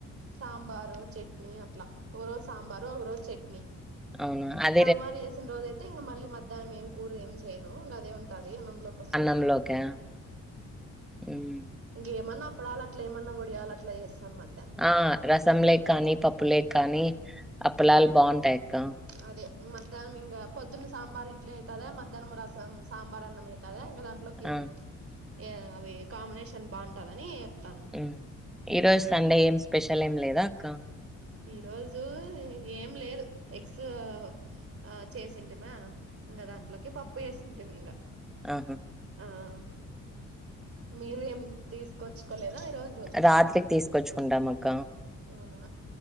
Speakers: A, on the right; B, in the centre.
A: సాంబారు చట్నీ అట్లా ఒక రోజ్ సాంబారో ఒక రోజ్ చట్నీ
B: ఔనా అద్
A: సాంబార్ జేసిన రోజయితే ఇంగ మళ్ళీ మధ్యాహ్నం ఏం కూరేం చేయనూ ఇంగ అదే ఉంటాదీ అన్నంలో కొస్తాది.
B: నం లోక్యా ఉమ్
A: ఇంగేమన్నా అప్పడాల్ అట్లేమన్న వడియాల్ అట్లా ఏస్తాన్ మధ్యానం
B: ఆఁ రసంలే కానీ పప్పులే కానీ అప్పలాల్ బావుంటాయ్ అక్కా
A: అదే మధ్యాహ్నం ఇంగా పొద్దున సాంబార్ ఇడ్లీ ఐతాద్యా మధ్యాహ్నం రసం సాంబార్ అన్నం ఐత్యాదా ఇంగ దాంత్ లోకే
B: ఆ!
A: యా అవీ కామినేషన్ బావుంటదనీ ఎప్తరూ
B: ఉమ్ ఈ రోజ్ సండే ఏం స్పెషల్ ఏం లేదా అక్క
A: ఈ రోజూ ఏం లేదు ఎక్సూ ఆఁ చేసింటిమా ఇంగ దాంట్లోకి పప్పు ఏసింటిమి ఇంగ
B: అహు
A: ఆఁ మీరూ ఏం తీసుకొచ్చుకోలేదా ఈరోజ్
B: రాత్రికి తీసుకొచ్చుకుంటాం అక్కా
A: ఔనా